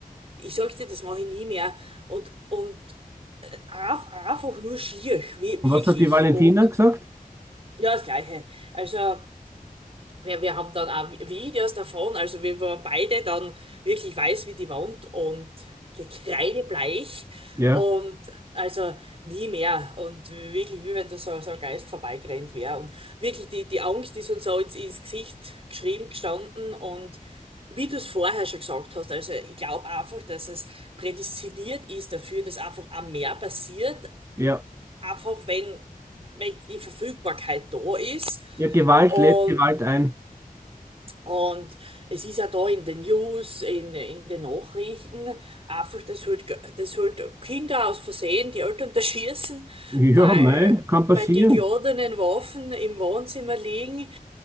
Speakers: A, on the right; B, on the right.
A: Ich sag dir, das mache ich nie mehr. Und, und Af- einfach nur schier, wi-
B: Und
A: wirklich.
B: was hat die Valentina
A: Und
B: gesagt?
A: ja, das Gleiche. Also, wir, wir haben dann auch Vi- Videos davon, also wir waren beide dann wirklich weiß wie die Wand und gekreidebleich
B: Ja.
A: und also nie mehr. Und wirklich, wie wenn da so, so ein Geist vorbeigerannt wäre. Und wirklich, die, die Angst ist uns so ins, ins Gesicht geschrieben gestanden und Wie du es vorher schon gesagt hast, also ich glaube einfach, dass es prädestiniert ist dafür, dass einfach auch mehr passiert,
B: Ja.
A: einfach wenn, wenn die Verfügbarkeit da ist.
B: Ja, Gewalt
A: Und,
B: lädt Gewalt ein.
A: und es ist ja da in den News, in, in den Nachrichten, einfach, dass halt, dass halt Kinder aus Versehen die Eltern da schießen,
B: Ja,
A: weil,
B: mei, kann
A: weil
B: passieren.
A: die geladenen Waffen im Wohnzimmer liegen.